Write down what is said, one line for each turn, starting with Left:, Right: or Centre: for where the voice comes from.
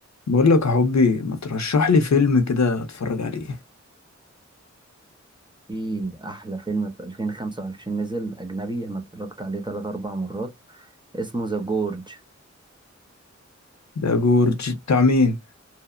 Left: بقول لك يا حبي ما ترشح لي فيلم كده اتفرج عليه
Right: في احلى فيلم في 2025 نزل اجنبي انا اتفرجت عليه 3 4 مرات اسمه ذا جورج
Left: ده جورج بتاع مين